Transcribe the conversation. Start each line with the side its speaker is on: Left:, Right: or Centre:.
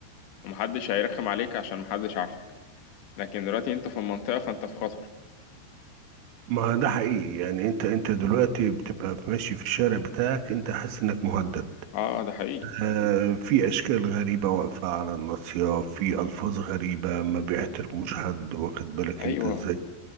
Left: ومحدش هيرخم عليك عشان محدش عارفك لكن دلوقتي أنت في المنطقة فأنت في خطر
Right: ما ده حقيقي يعني انت انت دلوقتي بتبقى ماشي في الشارع بتاعك انت حاسس انك مهدد
Left: أه ده حقيقي
Right: آه في اشكال غريبه واقفه على الناصيه في الفاظ غريبه ما بيحترموش حد واخد بالك
Left: أيوه
Right: انت ازاي